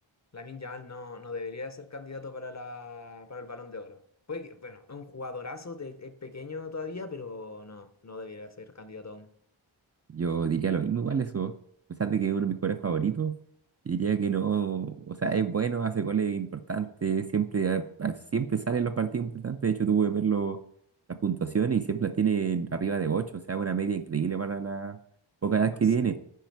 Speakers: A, on the left; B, on the right.
A: Lamine Yamal no, no debería ser candidato para la, para el Balón de Oro. Puede que, bueno, es un jugadorazo, te- es pequeño todavía, pero no, no debería ser candidato aún.
B: Yo diría lo mismo igual eso. A pesar de que es uno de mis jugadores favoritos, diría que no, o sea, es bueno, hace goles importantes, siempre, a- a- siempre sale en los partidos importantes. De hecho, tuve que ver lo- las puntuaciones y siempre las tiene arriba de ocho o sea, una media increíble para la poca edad
A: No
B: que
A: sé.
B: tiene.